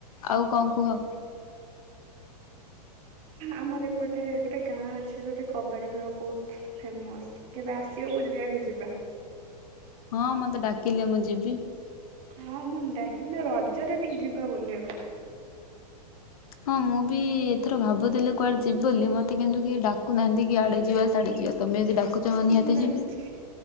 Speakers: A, on the left; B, on the right.
A: ଆଉ କଣ କୁହ?
B: ଆମର ଏପଟେ ଗୋଟେ ଗାଁ ଅଛି ଯୋଉଟି କବାଡି ଖେଳ ବହୁତ ଫେମସ କେବେ ଆସିବ ବୁଲିବାକୁ ଯିବା
A: ହଁ ମୋତେ ଡାକିଲେ ମୁଁ ଯିବି
B: ହଁ ମୁଁ ଡାକିବି ନା ରଜରେ ଯିବା ବୁଲିବାକୁ
A: ହଁ ମୁଁ ବି ଏଥର ଭାବୁଥିଲି କୁଆଡେ ଯିବି ବୋଲି ମୋତେ କିନ୍ତୁ କି ଡାକୁନାହାନ୍ତି କି ଆଡେ ଯିବା ସିଆଡେ ଯିବା ତମେ ଯଦି ଡାକୁଛ ନିହାତି
B: ମୁଁ ଡାକୁଛି
A: ଯିବି